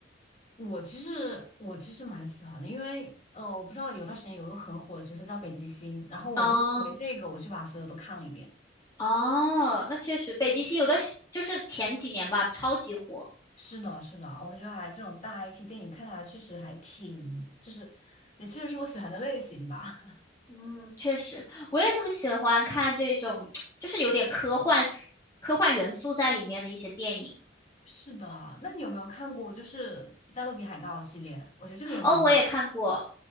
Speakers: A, on the left (about 40°); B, on the left (about 20°).
A: 我其实我其实蛮喜欢的，因为呃，我不知道有段时间有一个很火的角色叫北极星，然后我就因为这个我去把所有都看了一遍。
B: 哦哦，那确实，北极星有的时就是前几年吧，超级火。
A: 是的，是的，我觉得还这种大 IP 电影看下来确实还挺，就是也确实是我喜欢的类型吧。<laughs>
B: 嗯，确实，我也特别喜欢看这种，<tsk> 就是有点科幻思科幻元素在里面的一些电影。
A: 是的，那你有没有看过就是《加勒比海盗》系列？我觉得这个也蛮有名
B: 哦，我也看过，